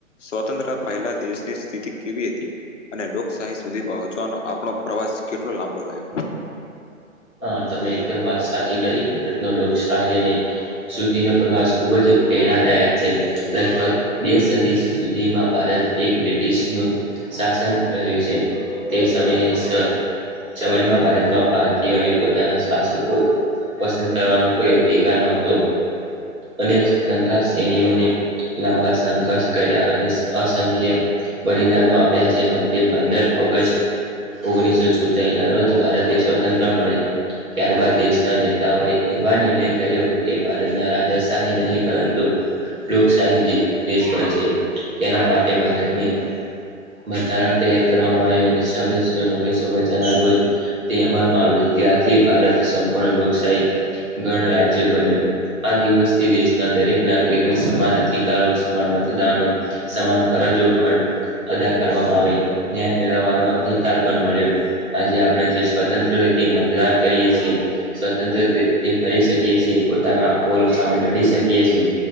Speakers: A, on the left; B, on the right.
A: સ્વતંત્ર પહેલા દેશની સ્થિતિ કેવી હતી અને લોકશાહી સુધી પહ ચવાનો આપણો પ્રવાસ કેટલો લાંબો રહ્યો
B: હા તમે એકદમ વાત સાચી કરી ભારત ન લોકશાહી અને શુદ્ધિ નો પ્રવાસ ખુબ જ પ્રેરણાદાયક છે લગભગ બે સદી સુધીમાં ભારત એક બ્રિટિશનુંું શાસન રહ્યું છે તે સમયે સમયમાં ભારતમાં ભારતીયોને પો પો શાસકો પસંદ કરવાનો કોઈ અધિકાર ન હતો અને સ્વતંત્ર સૈનીઓને લાંબા સંઘર્ષ કર્યા અને અસંખ્ય બલિદનોો આપ્યા છે અ તેે પંદર ઓગસ્ટ ઓગણીસો ચુતાલી ના રોજ ભારતે સ્વતંત્ર મળી ત્યારબાદ દેશના નેતાઓએ એવા નિર્ણય કર્યો કે ભારતના રાજાશાહી નહીં પરંતુ લોકશાહી દેશ બન છે તેના માટે ભારતની બંધારણ તૈયાર કરવામાં આવ્યું અને છ્વીસ જૂન ઓગણીસો પચા ના રોજ તે અમલમાં ત્યાંથી ભારત સંપૂર્ણ લોકશાહી ગણ રાજ્ય બન્યું આ દિવસથી દેશના દરેક નાગરિકને સમાન અધિકારો સમાન મતદનો સમાન ફરજો પણ અદા કરવામાં આવી ન્યાય મેળવવાનો અધિકાર પણ મળ્યો આજે આપણે જે સ્વતંત્ર રીતે મતદાન કરીએ છીએ સ્વતંત્ર રી ફરી શકે છએ પોતાના કોલ સામે લડી શકીએ છીએ